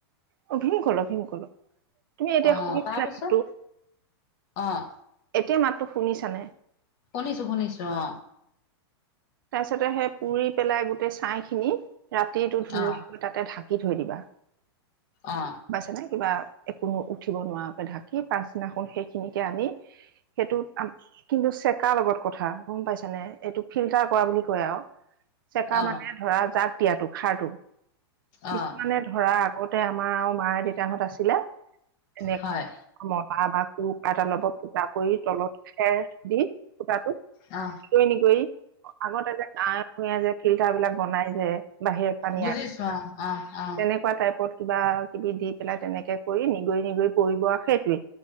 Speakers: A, on the right; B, on the left.
A: অ ভীমকলল ভীমকলল তুমি এতিয়া
B: অ',
A: শুনিছিলা
B: তাৰপিছত
A: যোনটো
B: অ',
A: এতিয়া মাতো শুনিছানে?
B: শুনিছো শুনিছো অ
A: তাৰ পিছতে সেই পুৰি পেলাই গোটেই ছাই খিনি ৰাতিটো ধুনীয়াকৈ
B: অ',
A: তাতে ঢাক কি থৈ দিবা।
B: অ
A: পাইছে নে কিবা একোনো উঠিব নোৱাৰাকে ঢাকি পাছদিনাখন সেইখিনিকে আনি সেইটোত কিন্তু চেকাৰ লগত কথা গম পাইছ নে এইটো ফিল্টাৰ কৰা বুলি কয় আৰু চেকা
B: অ',
A: মানে ধৰা জাক দিয়াতটো খাৰটো কিছুমানে
B: অ',
A: ধৰা আগতে আমাৰ আৰু মা দেউতাহঁত আছিলে এনে
B: হয়।
A: বাহ বা কুক এলত পুটা কৰি তলত খেৰ দি কটো
B: অ
A: কৈ ন গৈ আগতে যে গাঁৱে ভূঞে যে ফিল্টাৰ বিলাক বনাই যে বাহিত পানী
B: বুজিছো
A: আহে
B: অ অ
A: তেনেকুৱা টাইপত কিবা কিবি দি পেলাই তেনেকে কৰি নিগৰি নিগৰি পৰিব আৰু সেইটোৱেই